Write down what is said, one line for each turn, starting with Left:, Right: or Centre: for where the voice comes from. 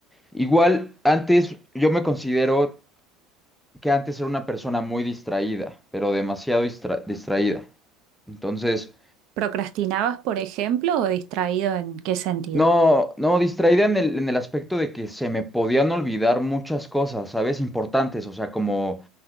Centre: igual antes yo me considero que antes era una persona muy distraída, pero demasiado distra- distraída. Entonces,
Right: ¿Procrastinabas, por ejemplo, o distraído en qué sentido?
Centre: No, no, distraída en el, en el aspecto de que se me podían olvidar muchas cosas, ¿sabes? Importantes, o sea, como